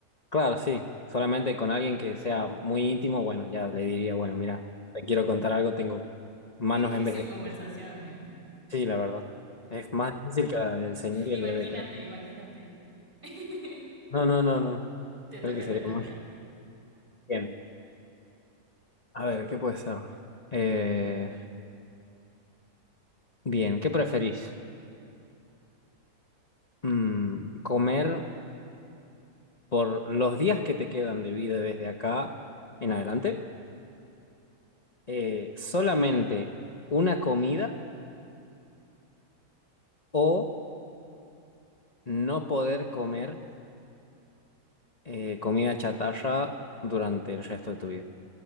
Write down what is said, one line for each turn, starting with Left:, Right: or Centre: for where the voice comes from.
Left: Claro, sí, solamente con alguien que sea muy íntimo, bueno, ya le diría, bueno, mira, te quiero contar algo, tengo manos
Right: Qué difícil
Left: en vez de pies.
Right: conversación, ¿eh?
Left: Sí, la verdad, es más difícil que la del señor y
Right: Imagínate,
Left: el bebé, creo.
Right: imagínate. <laughs> Te
Left: No, no, no, no,
Right: toca,
Left: creo que sería
Right: te toca.
Left: muy <laughs> bien. A ver, ¿qué puede ser? Eh, bien, ¿qué preferís? Mm, ¿comer? por los días que te quedan de vida desde acá en adelante, eh, solamente una comida o no poder comer eh, comida chatarra durante el resto de tu vida.